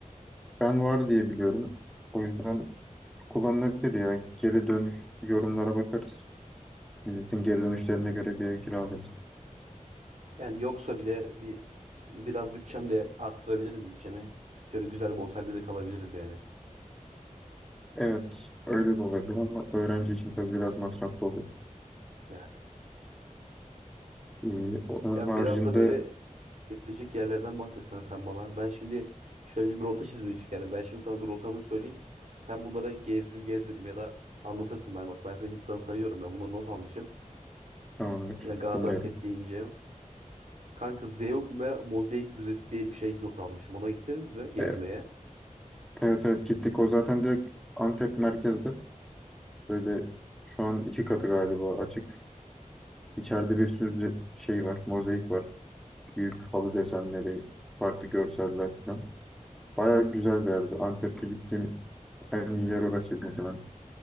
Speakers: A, in the centre; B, on the right (about 60°).
A: Ben var diye biliyorum. O yüzden kullanılabilir ya. Geri dönüş yorumlara bakarız. Milletin geri dönüşlerine göre bir ev kiralarız.
B: Yani yoksa bile bir biraz bütçem de arttırabilirim bütçemi. Şöyle güzel bir otelde de kalabiliriz yani.
A: Evet, öyle de olabilir ama öğrenci için tabii biraz masraflı oluyor.
B: Yani.
A: Ee, onun
B: Ya
A: haricinde
B: biraz da böyle gezilecek yerlerden bahsetsen sen bana. Ben şimdi şöyle bir rota çizmişim. Yani ben şimdi sana bir rotamı söyleyeyim. Sen bunlara gezdim gezmedim ya da anlatırsın ben bak. Ben sana şimdi sana sayıyorum ben bunları not almışım.
A: Tamamdır.
B: Yani Gaziantep
A: Dinliyorum.
B: deyince. Kanka Zeugma Mozaik Müzesi diye bir şey not almışım. Ona gittiniz mi gezmeye?
A: Evet, evet evet gittik. O zaten direkt Antep merkezde. Böyle şu an iki katı galiba açık. İçeride bir sürü şey var. Mozaik var. Büyük halı desenleri, farklı görseller falan. Baya güzel bir yerdi. Antep'te gittiğim en iyi yer orasıydı muhtemelen.